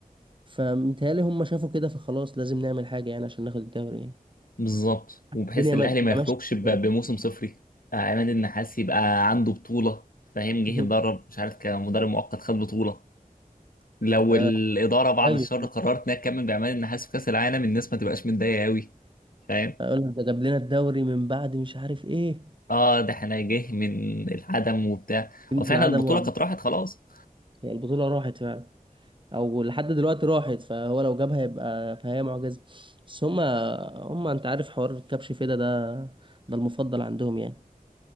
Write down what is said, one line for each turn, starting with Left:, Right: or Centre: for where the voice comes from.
Right: فمتهيألي هم شافوا كده فخلاص لازم نعمل حاجة يعني عشان ناخد الدوري يعني
Left: بالظبط وبحيث
Right: الدنيا
Left: الاهلي
Right: ما بتبقى
Left: ما يخرجش
Right: ماشية
Left: ب-
Right: ازاي
Left: بموسم صفري آه عماد النحاس يبقى عنده بطوله فاهم جه
Right: <laughs>
Left: يتدرب مش عارف كمدرب مؤقت خد بطوله لو
Right: آه،
Left: الاداره بعد
Right: ايوه
Left: الشر قررت انها تكمل بعماد النحاس في كاس العالم الناس ما تبقاش متضايقه قوي فاهم
Right: اقول لك ده جاب لنا الدوري من بعد مش عارف ايه
Left: اه ده احنا جه من العدم وبتاع
Right: يمكن
Left: وفعلا
Right: العدم
Left: البطوله
Right: وعمل
Left: كانت راحت خلاص
Right: يعني البطوله راحت فعلا او لحد دلوقتي راحت فهو لو جابها يبقى فهي معجزه بس هما هما انت عارف حوار الكبش فيدا ده ده المفضل عندهم يعني